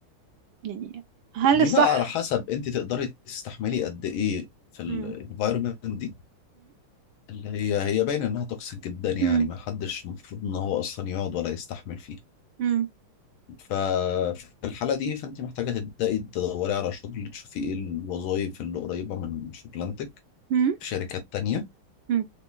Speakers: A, on the right; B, on the left.
A: يعني هل
B: دي
A: الصح
B: بقى على حسب أنت تقدري تستحملي قد إيه في الانفايرمنت
A: امم
B: دي اللي هي هي باين إنها توكسيك جدا يعني
A: امم
B: ما حدش المفروض إن هو أصلا يقعد ولا يستحمل فيها
A: مم.
B: ففي الحالة دي فأنت محتاجة تبدأي تدوري على شغل تشوفي إيه الوظائف اللي قريبة من شغلانتك
A: مم.
B: في شركات تانية
A: مم.